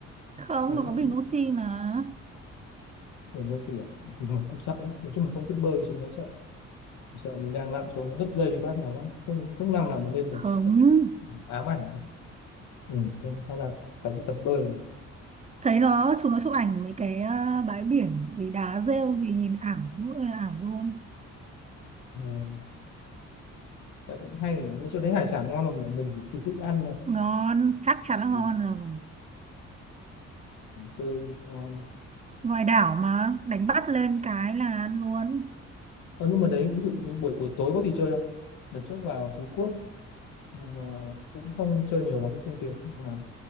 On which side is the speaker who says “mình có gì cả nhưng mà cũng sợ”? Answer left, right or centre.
Left